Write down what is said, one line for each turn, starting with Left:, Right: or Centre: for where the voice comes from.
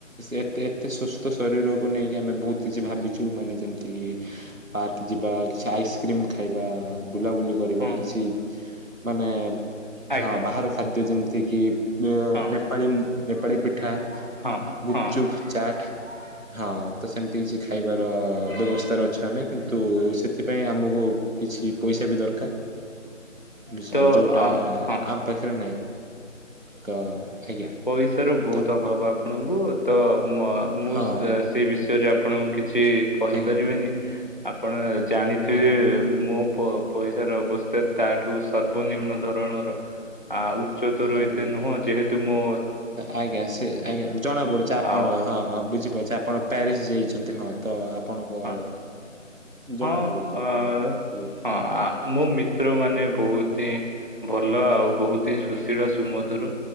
Right: ଏତେ ଏତେ ସୁସ୍ଥ ଶରୀରକୁ ନେଇକି ଆମେ ବହୁତ କିଛି ଭାବିଛୁ ମାନେ ଯେମିତିକି ପାର୍କ ଯିବା କିଛି ଆଇସ୍କ୍ରିମ ଖାଇବା ବୁଲାବୁଲି କରିବା
Left: ହଁ
Right: କିଛି ମାନେ
Left: ଆଜ୍ଞା
Right: ହଁ ବାହାର ଖାଦ୍ୟ ଯେମିତି କିି
Left: ହଁ
Right: ନେପାଳୀ ନେପାଳୀ ପିଠା
Left: ହଁ
Right: ଗୁପଚୁପ
Left: ହଁ
Right: ଚାଟ ହଁ ତ ସେମିତି କିଛି ଖାଇବାର ବ୍ୟବସ୍ଥାରେ ଅଛୁ ଆମେ କିନ୍ତୁ ସେଥିପାଇଁ ଆମକୁ କିଛି ପଇସା ବି ଦରକାର ବୁଝିଲେ
Left: ତ
Right: ଯୋଉଟା
Left: ଅ ହଁ
Right: ଆମ ପାଖରେ ନାଇଁ ତ ଆଜ୍ଞା।
Left: ପଇସାର ବହୁତ
Right: ତ
Left: ଅଭାବ ଆପଣଙ୍କୁ ତ ମୁଁ
Right: ହଁ
Left: ସେଇ ବିଷୟରେ ଆପଣଙ୍କୁ କିଛି କହିପାରିବିନି
Right: ଆଜ୍ଞା
Left: ଆପଣ ଜାଣିଥିବେ
Right: ଆଜ୍ଞା
Left: ମୋ ପ ପଇସାର ଅବସ୍ଥା ତା ଠୁ ସର୍ବନିମ୍ନ ଧରଣର ଆ ଉଚ୍ଚତରହି
Right: ହଁ
Left: ହଁ ଯେହେତୁ ମୁଁ
Right: ଆଜ୍ଞା ସେ ଆଜ୍ଞା ଜଣା ପଡୁଛି ଆପଣ
Left: ଆଉ
Right: ହଁ। ବୁଝିପାରୁଛ ଆପଣ ପ୍ୟାରିସ ଯାଇଛନ୍ତି ହଁ ତ ଆପଣଙ୍କ
Left: ହଁ ହଁ
Right: ଜଣାପଡ଼ୁଛି ଆପଣଙ୍କର
Left: ଅ
Right: ଇଏ।
Left: ହଁ ମୋ ମିତ୍ର ମାନେ ବହୁତ ହ ଭଲ ଆଉ ବହୁତ ହିଁ ସୁଶୀଳ ସୁମଧୁର।